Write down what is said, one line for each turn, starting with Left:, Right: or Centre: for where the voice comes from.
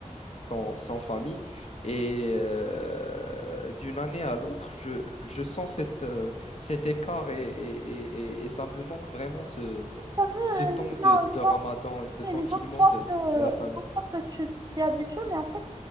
Left: sans, sans famille. Et euh, d'une année à l'autre, je, je sens cette, euh, cet écart et, et, et, et- et ça me manque vraiment ce,
Right: T'as vu,
Left: ce temps
Right: euh, les gens,
Left: de,
Right: les
Left: de
Right: gens
Left: Ramadan et ce
Right: Et
Left: sentiment
Right: les gens croient
Left: de,
Right: que,
Left: de la famille.
Right: les gens croient que tu t'y habitues, mais en fait,